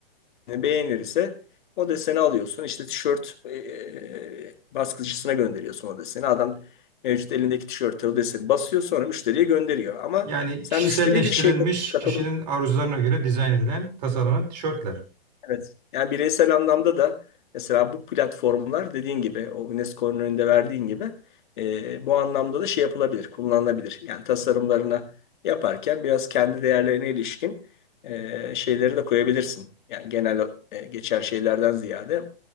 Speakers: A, on the left; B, on the right.
A: beğenirse o deseni alıyorsun. İşte tişört e, e, baskıcısına gönderiyorsun o deseni. Adam mevcut elindeki tişörte o deseni basıyor sonra müşteriye gönderiyor. Ama
B: Yani
A: sen
B: kişiselleştirilmiş
A: müşteriye bir şey katılım.
B: kişinin arzularına göre dizayn edilen, tasarlanan tişörtler.
A: Evet. Yani bireysel anlamda da mesela bu platformlar dediğin gibi o UNESCO'nun önünde verdiğin gibi e, bu anlamda da şey yapılabilir, kullanılabilir. Yani tasarımlarını yaparken biraz kendi değerlerine ilişkin e, şeyleri de koyabilirsin. Yani genel e, geçer şeylerden ziyade